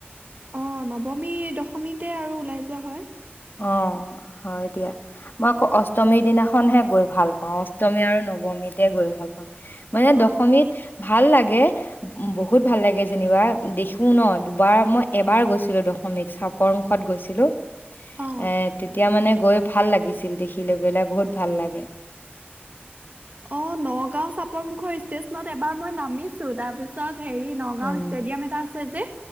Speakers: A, on the right; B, on the left.
A: অ নৱমী দশমীতে আৰু ওলাই যোৱা হয়
B: অ হয় দিয়া মই আকৌ অষ্টমীৰ দিনাখনহে গৈ ভাল পাওঁ অষ্টমী আৰু নৱমীতে গৈ ভাল পাওঁ মানে
A: অ'
B: দশমীত ভাল লাগে বহুত ভাল লাগে যেনিবা দেখো ন' দুবাৰ মই এবাৰ গৈছিলো দশমীত চাপৰ মুুখত গৈছিলো।
A: অ'।
B: এ তেতিয়া মানে গৈ ভাল লাগিছিল দেখি লৈ পেলাই বহুত ভাল লাগে।
A: অ' নগাঁও চাপৰ মুখৰ ষ্টেচনত এবাৰ মই নামিছো তাৰপিছত হেৰি নগাঁও
B: উম
A: ষ্টেডিয়াম এটা আছে যে।